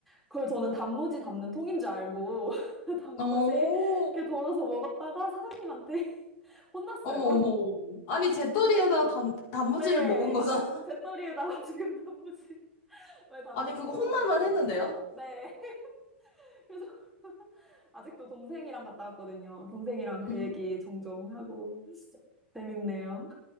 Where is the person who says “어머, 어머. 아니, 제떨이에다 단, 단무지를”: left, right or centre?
Left